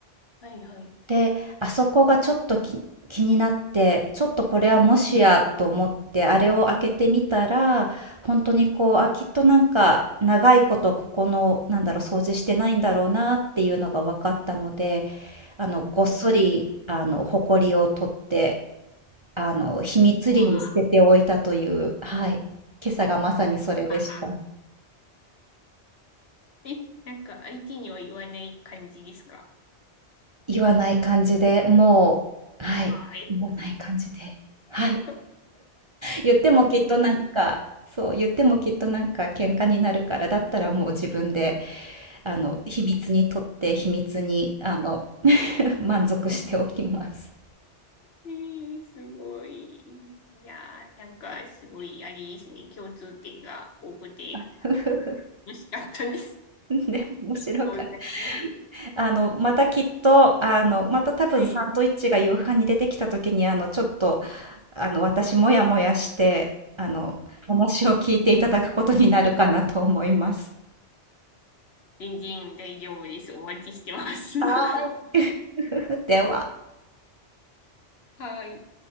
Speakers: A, on the left (about 65°); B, on the right (about 35°).
A: はいはい。
B: で、あそこがちょっとき気になって、ちょっとこれはもしやと思って、
A: うん。
B: あれを開けてみたら、本当にこう、
A: うん。
B: あ、きっとなんか、長いことここの、なんだろう、掃除してないんだろうなっていうのが分かったので、あの、ごっそり、あの、埃を取って、あの、秘密裏に捨てておいたという、
A: うわ
B: はい、今朝がまさにそれでした。
A: あ。え、なんか相手には言わない感じですか
B: 言わない感じで、もうはい、
A: ああー、優しい。
B: 言わない感じで、はい。
A: <laughs>
B: 言ってもきっとなんか、
A: お本当に。
B: そう、言ってもきっとなんか喧嘩になるから、だったらもう自分で、あの、
A: お
B: 秘密にとって、秘密に、あの、<laughs> 満足しておきます。
A: えー、すごい。いやー、なんかすごい、あれですね、共通点が多くて、
B: <laughs>
A: 嬉しかったです。
B: で、面白かっ
A: どうございます
B: た。あの、またきっと、あの、また多分サンドイッチが夕飯に出てきた時に、
A: はい。
B: あの、ちょっと、あの、私もやもやして、あの、話を聞いていただくことになるかなと思います。
A: 全然大丈夫です。お待ちしてます。<laughs>
B: はーい。<laughs> では。
A: はい。